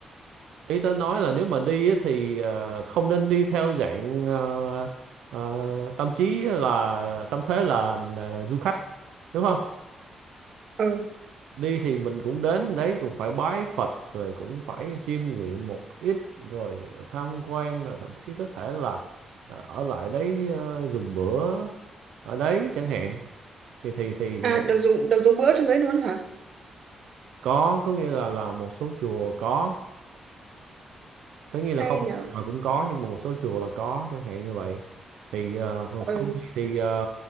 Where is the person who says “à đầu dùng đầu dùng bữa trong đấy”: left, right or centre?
Right